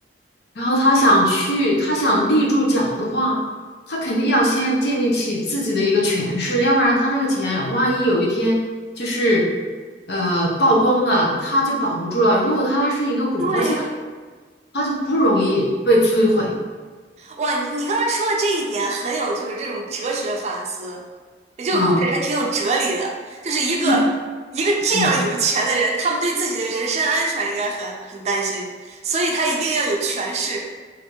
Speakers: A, on the left; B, on the right.
A: 然后他想去，他想立住脚的话，他肯定要先建立起自己的一个权势，要不然他这个钱万一有一天就是呃曝光了，他就保不住了。如果他是一个国家，
B: 对，
A: 他就不容易被摧毁。
B: 哇，你你刚才说的这一点很有就是这种哲学反思，这个故事还挺有哲理的。
A: 啊。
B: 就是一个一个这样有钱的人，
A: 就嗯
B: 他们对自己的人身安全应该很很担心，所以他一定要有权势，